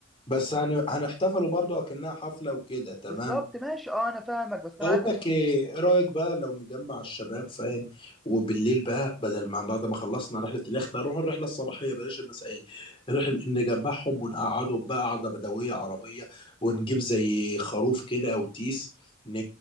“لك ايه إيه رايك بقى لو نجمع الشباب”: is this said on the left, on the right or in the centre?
Left